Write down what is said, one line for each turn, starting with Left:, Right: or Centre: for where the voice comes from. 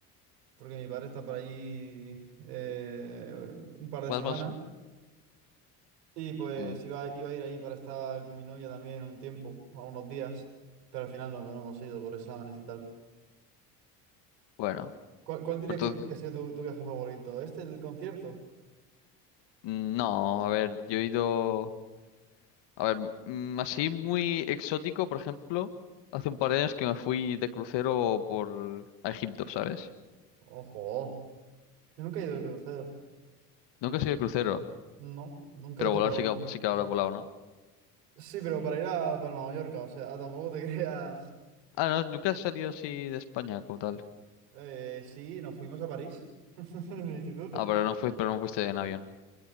Right: porque mi padre está por allí eh, un par de
Left: Vas
Right: semanas.
Left: más...
Right: Y pues
Left: mm,
Right: iba, iba a ir ahí para estar con mi novia también un tiempo, algunos días, pero al final no, no hemos ido por exámenes y tal.
Left: Bueno.
Right: ¿Cuál, cuál dirías
Left: Entonces...
Right: que que ha sido tu, tu viaje favorito? ¿Este, el concierto?
Left: mm, No, a ver, yo he ido... A ver, mm, así muy exótico, por ejemplo, hace un par de años que me fui de crucero por a Egipto, ¿sabes?
Right: Ojo, yo nunca he ido a conocer.
Left: Nunca he sido de crucero,
Right: No, nunca
Left: pero
Right: he tocado
Left: volar sí
Right: un...
Left: que, sí que habrá volado, ¿no?
Right: Sí, pero para ir a Palma de Mallorca, o sea, tampoco te <laughs> creas...
Left: Ah, no, nunca has salido así de España como tal.
Right: Eh, sí, nos fuimos a París, <laughs> en el instituto.
Left: Ah, pero no fuiste, pero no fuiste en avión.